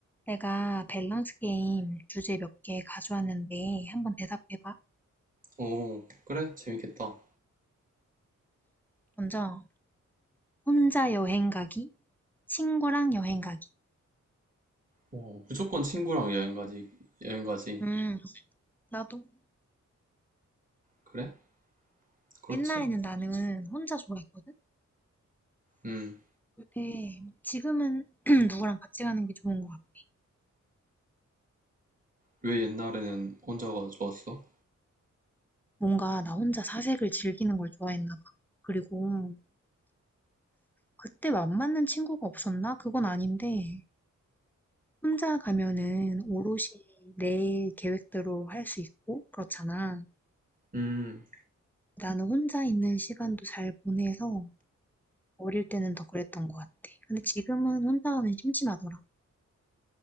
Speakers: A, in the centre; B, on the right.
A: 내가 밸런스 게임 주제 몇 개 가져왔는데 한번 대답해봐.
B: 오, 그래? 재밌겠다.
A: 먼저, 혼자 여행 가기, 친구랑 여행 가기.
B: 오, 무조건 친구랑 여행 가지, 여행 가지.
A: 음, 나도.
B: 그래? 그렇지.
A: 옛날에는 나는 혼자 좋아했거든?
B: 음,
A: 근데 지금은 <clears throat> 누구랑 같이 가는 게 좋은 것 같아.
B: 왜 옛날에는 혼자가 좋았어?
A: 뭔가 나 혼자 사색을 즐기는 걸 좋아했나 봐. 그리고 그때 맘 맞는 친구가 없었나? 그건 아닌데, 혼자 가면은 오롯이 내 계획대로 할 수 있고, 그렇잖아.
B: 음,
A: 나는 혼자 있는 시간도 잘 보내서 어릴 때는 더 그랬던 것 같아. 근데 지금은 혼자 가면 심심하더라.